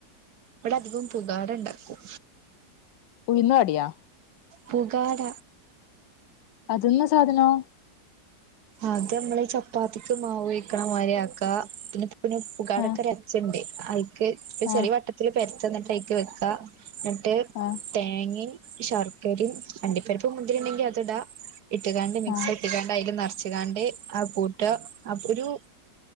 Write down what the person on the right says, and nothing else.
ഇവ്ട അധികം പുതാര ഇണ്ടാക്കും.
പുകാട
അത് അമ്മള് ചപ്പാത്തിക്ക് മാവൊയ്ക്ക്ണ പോലെ ആക്ക പിന്നെ പിന്നെ പുകാടൊക്കരച്ച്ണ്ട്.
അയ്ക്ക്
ചെറിയ വട്ടത്തില് പര്ത്ത ഇന്നട്ടയ്ക്ക് വെക്കാ. ഇന്നട്ട്
തേങ്ങി ശർക്കരിം. അണ്ടിപ്പര്പ്പും മുന്തിരി ഇണ്ടെങ്കി അതിടാ. ഇട്ട്കാണ്ട് മിക്സാക്കികാണ്ട്
അയ്ൽ നെറ്ച്ച്കാണ്ട് അഹ് കൂട്ട അത് ഒരു